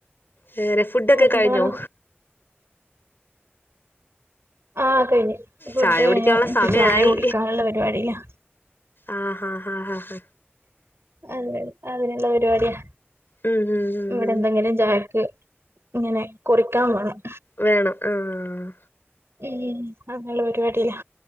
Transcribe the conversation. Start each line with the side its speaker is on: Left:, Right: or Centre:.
Left: വേറെ ഫുഡൊക്കെ
Right: വേറെന്താണ്
Left: കഴിഞ്ഞോ?
Right: ആഹ് കഴിഞ് ഫുഡ്
Left: ചായ
Right: കഴിഞ്ഞു
Left: കുടിക്കാനുള്ള
Right: ഇഞ്ഞ്പ്പ
Left: സമയായി
Right: ചായ കുടിക്കാനുള്ള പരിപാടിയിലാ
Left: ആഹ് ഹാ ആ ഹാ ഹാ
Right: അങ്ങനെ അതിനുള്ള പരിപാടിയാ
Left: ഉം ഉം
Right: ഇവിടെ
Left: ഉം
Right: എന്തെങ്കിലും ചായക്ക് ഇങ്ങനെ കുറിക്കാൻ വേണം
Left: വേണം ആഹ്
Right: ഉംഹ് അങ്ങനുള്ള പരിപാടിയിലാ